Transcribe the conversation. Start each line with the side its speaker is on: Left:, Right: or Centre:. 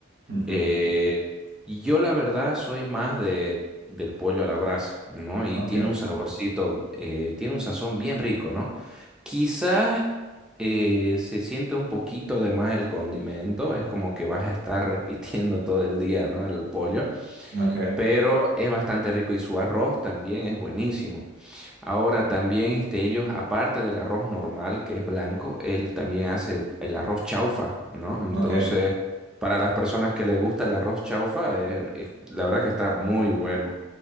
Right: ujú,
Centre: Eh, yo la verdad soy más de, del pollo a la brasa, ¿no? Y
Right: Ok,
Centre: tiene un saborcito, eh, tiene un sazón bien rico, ¿no? Quizás eh, se siente un poquito de más el condimento, es como que vas a estar <laughs> repitiendo todo el día, ¿no? El pollo,
Right: ok,
Centre: pero es bastante rico y su arroz también es buenísimo. Ahora también este, ellos, aparte del arroz normal, que es blanco, él también hace el arroz chaufa, ¿no? Entonces,
Right: ok.
Centre: para las personas que les gusta el arroz chaufa, eh, eh, la verdad que está muy bueno.